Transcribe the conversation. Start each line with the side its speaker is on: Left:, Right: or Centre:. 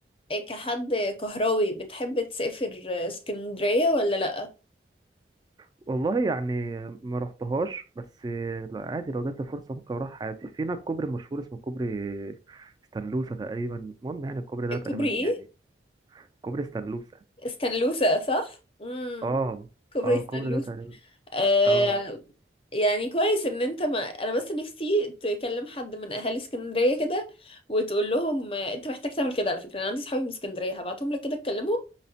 Left: كحد كهراوي بتحب تسافر اسكندرية ولا لأ
Right: والله يعني ما رحتهاش بس آه، لا عادي لو جات لي فرصة ممكن أروح عادي في هناك كوبري مشهور اسمه كوبري ستانلوسا تقريبا المهم يعني الكوبري ده تقريبا
Left: كوبري
Right: يعني
Left: ايه
Right: كوبري ستانلوسا
Left: استنلوسة صح امم
Right: اه
Left: كوبري
Right: اه
Left: استنلوسة
Right: الكوبري ده تقريبا
Left: آه،
Right: اه
Left: يعني كويس ان انت ما انا بس نفسي تكلم حد من اهالي اسكندريه كده وتقول لهم آه، انت محتاج تعمل كده على فكره انا عندي صحابي من اسكندريه هبعتهم لك كده تكلمهم